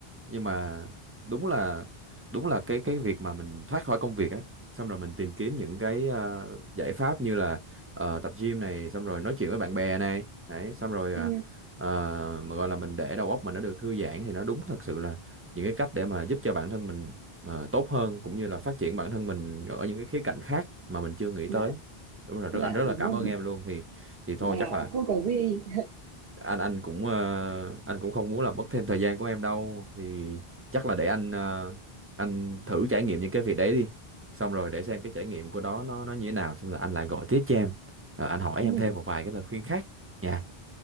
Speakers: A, on the right; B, on the right.
A: Nhưng mà đúng là đúng là cái cái việc mà mình thoát khỏi công việc ấy, xong rồi mình tìm kiếm những cái ờ, giải pháp như là ờ, tập gym này, xong rồi nói chuyện với bạn bè này, đấy, xong rồi ờ,
B: ừ.
A: ờ, mà gọi là mình để đầu óc mình nó được thư giãn thì nó đúng thật sự là những cái cách để mà giúp cho bản thân mình ờ, tốt hơn cũng như là phát triển bản thân mình ở những cái khía cạnh khác mà mình chưa nghĩ
B: dạ
A: tới đúng rồi rất
B: dạ
A: anh rất là
B: đúng
A: cảm
B: rồi
A: ơn em luôn thì thì thôi
B: là
A: chắc là
B: không có gì
A: anh anh cũng ờ, anh cũng không muốn làm mất thêm thời gian của em đâu thì chắc là để anh ờ, anh thử trải nghiệm những cái việc đấy đi xong rồi để xem cái trải nghiệm của đó nó nó như thế nào xong rồi anh lại gọi tiếp cho em rồi anh hỏi
B: <laughs>
A: em
B: ừ.
A: thêm một vài cái lời khuyên khác nha